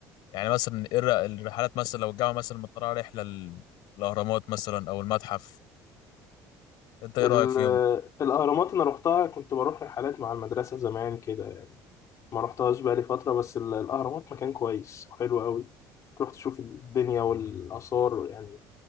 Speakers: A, on the left (about 75°); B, on the left (about 45°).
A: يعني مثلا ايه الر- الرحلات مثلا لو الجامعه مثلا مطلعه رحله ال- الاهرامات مثلا او المتحف انت ايه
B: ال-
A: رايك فيهم
B: الاهرامات انا روحتها كنت بروح رحلات مع المدرسه زمان كده يعني. ما روحتهاش بقالي فتره بس ال- الاهرامات مكان كويس وحلو قوي تروح تشوف الدنيا والاثار يعني